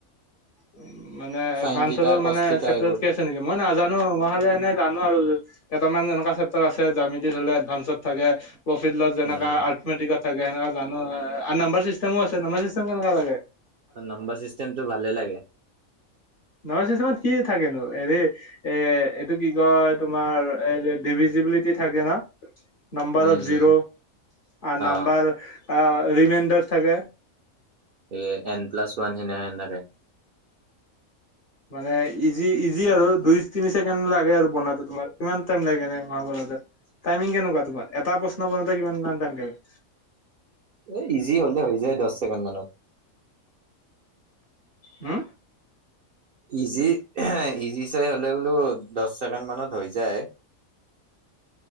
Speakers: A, on the left; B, on the right.
A: উ মানে
B: চাইন
A: এডভাঞ্চতো
B: থিতা কচ
A: মানে
B: থিতা
A: চপ
B: এইবোৰ
A: আছে নেকি। মই নাজানো মই হলে এনে জানো আৰু কেইটামান এনেকুৱা আছে জামিতি হলে এডভাঞ্চত থাকে প্ৰফিট লছ যেনেকা
B: উম
A: আৰ্কমিডিকত থাকে সেনেকা জানো আৰু নাম্বাৰ চিষ্টেমো আছে নাম্বাৰ চিষ্টেম কেনেকা লাগে?
B: নাম্বৰ চিষ্টেমটো ভাল লাগে।
A: নহয় কিছুমান কি থাকেনো এৰে এ এইটো কি কয় তোমাৰ এই ডিভিজিবিলিটি থাকে ন নাম্বাৰত
B: উম
A: জিৰ
B: উম
A: আ নাম্বাৰ,
B: অ
A: আ ৰিমাইণ্ডাৰ থাকে।
B: এ এন প্লাছ ওৱান সনেকা
A: মানে ইজি ইজি আৰু। দুই তিনি ছেকেণ্ড লাগে আৰু বনাউতে তোমাৰ। কিমান টাইম লাগে এনে মাহ বনাতে টাইমিং কেনেকুৱা তোমাৰ? এটা প্ৰশ্ন বনাতে কিমান টাইম লাগে?
B: এ ইজি হলে হৈ যায় দহ ছেকেণ্ড মানত।
A: হম
B: ইজি ইজি চাই হ'লে বোলো দহ ছেকেণ্ড মানত হৈ যায়।